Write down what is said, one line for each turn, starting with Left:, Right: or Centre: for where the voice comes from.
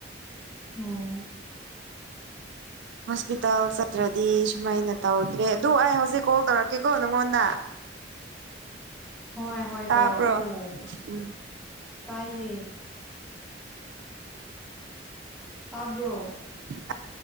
Centre: ꯎꯝ <inaudible>
Right: ꯍꯣꯁꯄꯤꯇꯥꯜ ꯆꯠꯇ꯭ꯔꯗꯤ ꯁꯨꯃꯥꯏꯅ ꯇꯧꯗ꯭ꯔꯦ ꯑꯗꯨ ꯑꯩ ꯍꯧꯖꯤꯛ ꯀꯣꯜ ꯇꯧꯔꯛꯀꯦꯀꯣ ꯅꯪꯉꯣꯟꯗ
Centre: ꯍꯣꯏ ꯍꯣꯏ
Right: ꯇꯥꯕ꯭ꯔꯣ
Centre: ꯇꯧꯔꯛꯑꯣ
Right: ꯎꯝ
Centre: ꯇꯥꯏꯌꯦ ꯇꯥꯕ꯭ꯔꯣ
Right: <inaudible>